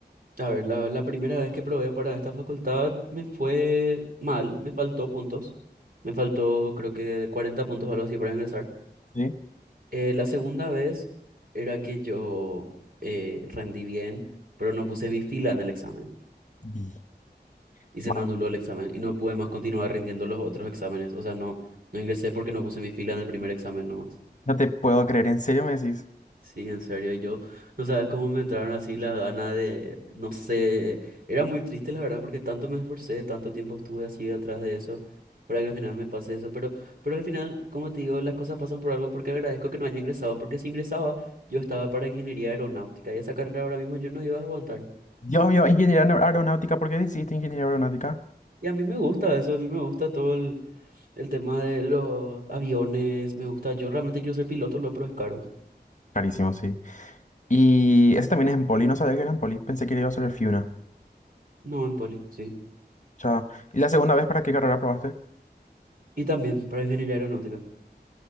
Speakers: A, on the right; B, on the left.
A: a ver, la, la primera vez que probé para esta facultad me fue mal, me faltó puntos. Me faltó creo que 40 puntos o algo así para ingresar.
B: sí.
A: Eh, la segunda vez era que yo eh, rendí bien, pero no puse mi fila en el examen
B: Y-
A: y se
B: Vale.
A: me anuló el examen y no pude más continuar rindiendo los otros exámenes. O sea, no, no ingresé porque no puse mi fila en el primer examen nomás.
B: No te puedo creer, ¿en serio me decís?
A: Sí, en serio, y yo no sabes cómo me entraron así las ganas de, no sé, era muy triste la verdad porque tanto me esforcé, tanto tiempo estuve así atrás de eso para que al final me pase eso, pero, pero al final, como te digo, las cosas pasan por algo porque agradezco que no haya ingresado, porque si ingresaba yo estaba para ingeniería aeronáutica y esa carrera ahora mismo yo no iba a aguantar.
B: Dios mío, ingeniería aer- aeronáutica, ¿por qué decidiste ingeniería aeronáutica?
A: Y a mí me gusta eso, a mí me gusta todo el, el tema de los aviones, me gusta, yo realmente quiero ser piloto, lo pero es caro.
B: Carísimo, sí. Y ese también es en Poli, no sabía que era en Poli, pensé que iba a ser el Fiuna.
A: No, en poli, sí.
B: Chao. ¿Y la segunda vez para qué carrera probaste?
A: Y también para ingeniería aeronáutica.